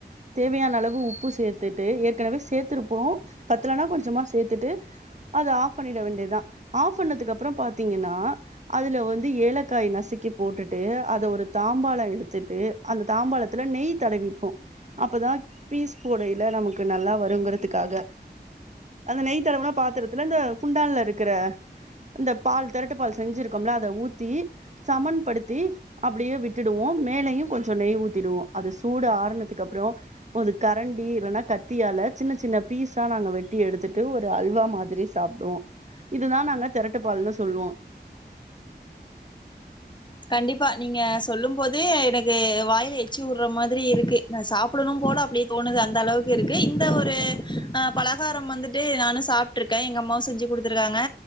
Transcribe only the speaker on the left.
கண்டிப்பா நீங்க சொல்லும் போதே எனக்கு வாய்ல எச்சி ஊர்ற மாதிரி இருக்கு நா சாப்படணும் போல அப்டியே தோணுது அந்த அளவுக்கு இருக்கு இந்த ஒரு ஆஹ் பலகாரம் வந்துட்டு நானு சாப்ட்ருக்கே எங்க அம்மாவு செஞ்சு குடுத்துருக்காங்க